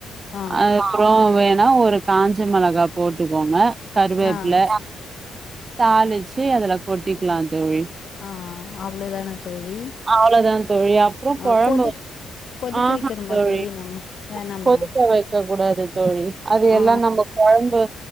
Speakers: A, on the left; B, on the right.
A: ஆ
B: அதுப்புற வேண் ஒரு காஞ்ச மெளகா போட்டுக்கோங்க கருவேப்புல
A: ஆ ச்
B: தாளிச்சு அதுல கொட்டிக்லா தோழி
A: ஆ அவ்ளோ தானா தோழி
B: அவ்ளோதா தோழி அப்புற
A: ஆ
B: கொழம்ப
A: கொதிக் கொதிக்க
B: ஆஹா
A: வைக்கணுமா
B: தோழி
A: நம்ம வேணாமா
B: கொதிக்க வைக்க கூடாது தோழி அது
A: ஆ
B: எல்லா நம்ப கொழம்பு